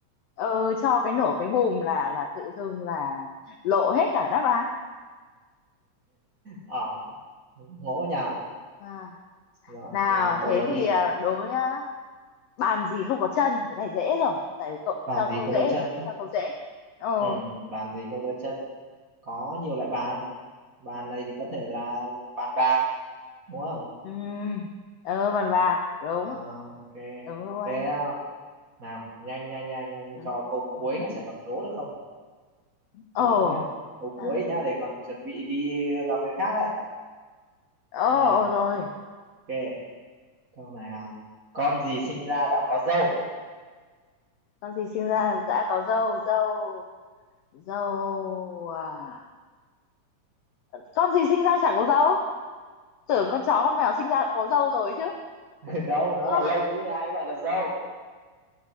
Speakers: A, on the left (about 85°); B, on the right (about 35°).
A: ờ, cho cái nổ cái bùm là là tự dưng là lộ hết cả đáp án
B: ờ ngộ nhỉ
A: à,
B: Rồi,
A: nào
B: thế là câu
A: thế
B: đó
A: thì
B: đi.
A: à, đố nhá bàn gì không có chân cái này dễ rồi tại vì cậu
B: Bàn
A: cho
B: gì
A: câu
B: không
A: dễ
B: có chân?
A: thì tớ cũng
B: á?
A: cho câu dễ ồ
B: Ừ, bàn gì không có chân? Có nhiều loại bàn. Bàn này thì có thể là bàn bạc, đúng không?
A: ừ ờ bàn bạc đúng
B: Ờ, ok.
A: đúng luôn
B: Thế nào, nhanh nhanh nhanh nhanh
A: Ừ.
B: cho câu cuối là xem là có đố được không?
A: ồ
B: Thử nhá. Câu
A: à,
B: cuối nhá, để còn chuẩn bị đi làm việc khác đấy.
A: ồ
B: Ừ,
A: ồ rồi
B: ok. Câu này à. Con gì sinh ra đã có râu?
A: con gì sinh ra đã có dâu dâu dâu à con gì sinh ra chả có dâu tưởng con chó con mèo sinh ra cũng có dâu rồi chứ
B: <laughs> Đâu,
A: Ơ,
B: nó là lông chứ ai gọi là râu.